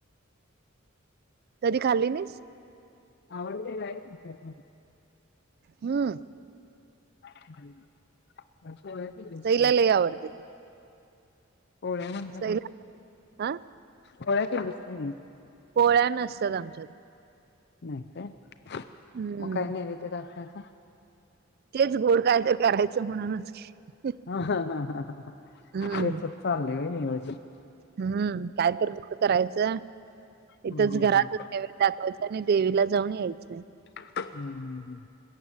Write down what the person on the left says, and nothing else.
आवडतंय काय तुमच्यात
ती बस
पोळ्या म्हणल
पोळ्या केलीस की नाही
नाही का
मग काय नैवद्य दाखवायचं
ह ह ह ह
तेच च चालय होय चाले नियोजन
हम्म,
हम्म,
हम्म,
हम्म हम् हम्म